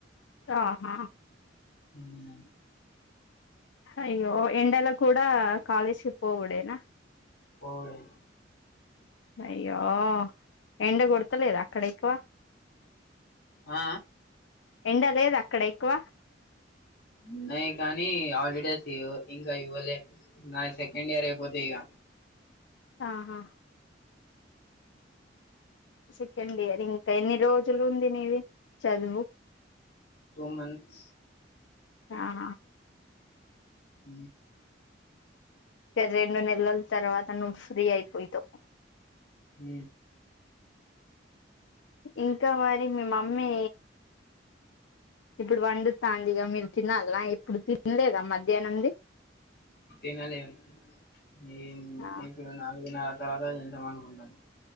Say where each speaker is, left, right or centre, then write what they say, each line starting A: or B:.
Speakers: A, on the left; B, on the left.
A: ఆహా
B: మ్మ్
A: అయ్యో ఎండలా కూడా కాాలేజ్కి పోవుడేనా
B: పోవుడే
A: అయ్యో ఎండ కొడతలేద అక్కడ ఎక్కువ
B: ఆ
A: ఎండ లేద అక్కడ ఎక్కువ
B: ఉన్నయి కానీ హాలిడేస్ ఇంకా ఇవ్వలే నా సెకండ్ ఇయర్ అయిపోతే ఇక
A: ఆహా సెకండ్ ఇయర్ ఇంకా ఎన్ని రోజులు ఉంది నీది చదువు
B: టూ మంత్స్
A: ఆా
B: హ
A: రెండు నెలల తర్వాత నువ్వు ఫ్రీ అయిపోయితావు
B: హ
A: ఇంకా మరి మీ మమ్మీ ఇప్పుడు వండుతాంది ఇగ మీరు తినాలా ఇప్పుడు తినలేదా మధ్యాహ్నంది
B: తినలేదు ఏ
A: ఆ
B: ఇప్పుడు నలుగు నాలు తరవాతా నింతమా ఉండది